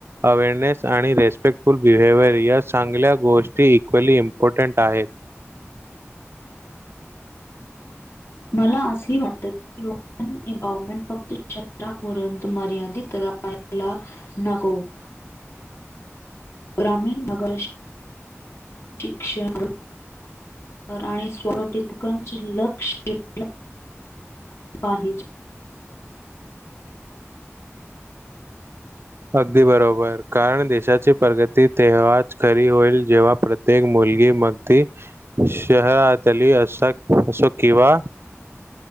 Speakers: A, on the right; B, on the left.
A: awareness आणि रेस्पेक्टफुल बिहेवियर या चांगल्या गोष्टी इक्वली इम्पॉर्टंट आहेत <unintelligible> <inaudible> <unintelligible> <inaudible> <unintelligible> <inaudible> <inaudible> <unintelligible>
B: मला असं वाटत की <unintelligible> <unintelligible> <inaudible> एवरमेंट फक्त शरापर्यंत मर्यादित राहाला नको <unintelligible>
A: <inaudible>
B: <inaudible>
A: <unintelligible>
B: ग्रामीण नगरिक शिक्षण <unintelligible> आणि स्वर तितकंच लक्ष <unintelligible> सफाहिज <unintelligible> <inaudible>
A: अगदी बरोबर कारण देशाची प्रगती तेव्हाच खरी होईल जेव्हा प्रत्येक मुली <unintelligible> मुलगी मग त शहरातली अस असो किंवा